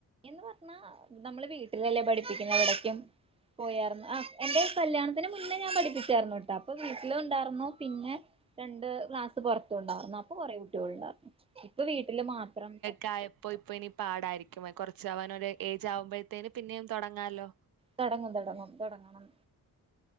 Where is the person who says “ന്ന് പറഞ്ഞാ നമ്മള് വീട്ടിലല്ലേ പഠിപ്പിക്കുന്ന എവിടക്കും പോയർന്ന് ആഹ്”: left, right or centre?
Right